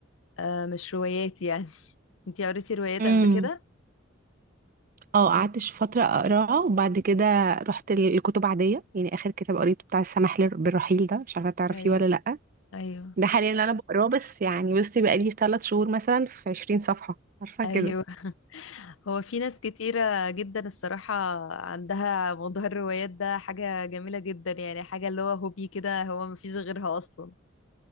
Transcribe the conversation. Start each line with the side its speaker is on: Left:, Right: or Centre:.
Left: آه، مش روايات يعني <laughs> انتي قريتي روايات
Right: امم
Left: قبل كده
Right: اه قعدت ش- فترة اقراها وبعد كده رحت للكتب عادية يعني اخر كتاب قريته بتاع السماح للر- بالرحيل ده مش عارفة تعرفيه
Left: ايوه
Right: ولا لأ
Left: ايوه
Right: ده حاليا اللي انا بقراه بس يعني بصي بقالي ثلاث شهور مثلا في 20 صفحة عارفة
Left: ايوه
Right: كده
Left: <laughs> هو في ناس كتيره جدا الصراحه عندها موضوع الروايات ده حاجه جميله جدا يعني حاجه اللي هو هوبي كده هو مفيش غيرها اصلا